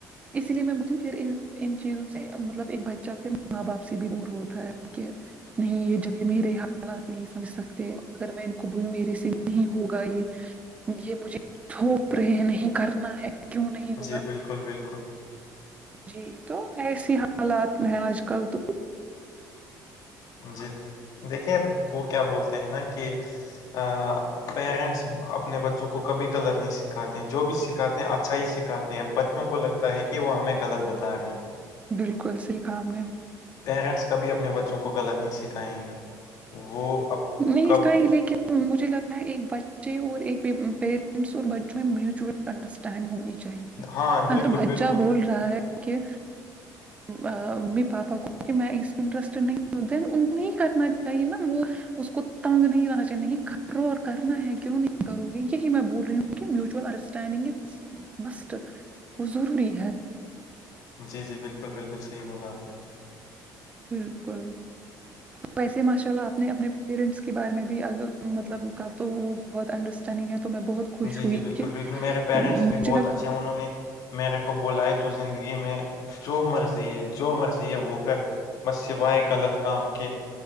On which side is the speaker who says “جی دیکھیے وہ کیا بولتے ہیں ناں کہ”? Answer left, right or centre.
Left